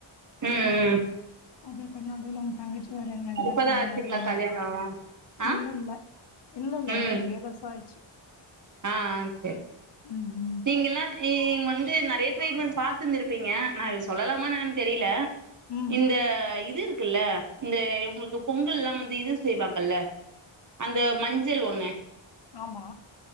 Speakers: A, on the right; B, on the left.
A: ம் ம்
B: அது பனோடல அவங்க தங்கச்சி வேறு எங்க ரெண்டு பேர்
A: இப்பதான்
B: சந்
A: ஆச்சுங்களா
B: நளைக்வருவாங்க
A: கல்யாணம் ஆ
B: இல்ல இல்ல இல்ல இல்ல
A: ம்
B: ஏழருசாயிடுச்சு
A: ஆ அ சரி
B: ம்
A: <inaudible> நீங்கல்லா இங் வந்து <unintelligible> ட்ரீட்மண்ட் பாத்து இருந்திருப்பீங்க நா சொல்லலாமா என்னன் தெரியில
B: ம் ம்
A: இந்த இது இருக் க்கு இல்ல இந்த இவங்குளுக்கு பொங்கல்லாம் வந்து இது செய்வாங்கல்ல அந்த மஞ்சள் ஒண்ணு
B: ஆமா